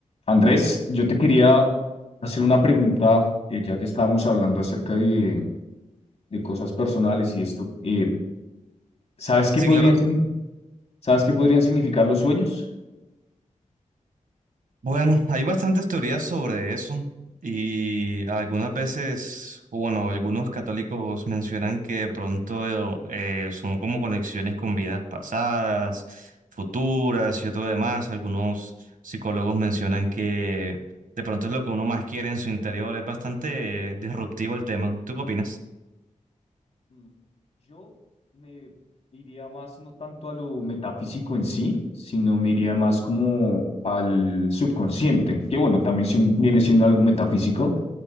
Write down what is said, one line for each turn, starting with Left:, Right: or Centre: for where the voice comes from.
Left: Andrés, yo te quería hacer una pregunta, eh, ya que estábamos hablando acerca de, de cosas personales y esto. eh, ¿sabes qué
Right: Sí,
Left: podrían,
Right: claro.
Left: signi- ¿sabes qué podrían significar los sueños?
Right: Bueno, hay bastantes teorías sobre eso y algunas veces, o bueno, algunos católicos mencionan que de pronto eh, son como conexiones con vidas pasadas, futuras y todo demás. Algunos psicólogos mencionan que de pronto es lo que uno más quiere en su interior. Es bastante eh, disruptivo el tema. ¿Tú qué opinas?
Left: Mm, Yo me iría más no tanto a lo metafísico en sí, sino me iría más como al subconsciente, que bueno, también sin- viene siendo algo metafísico,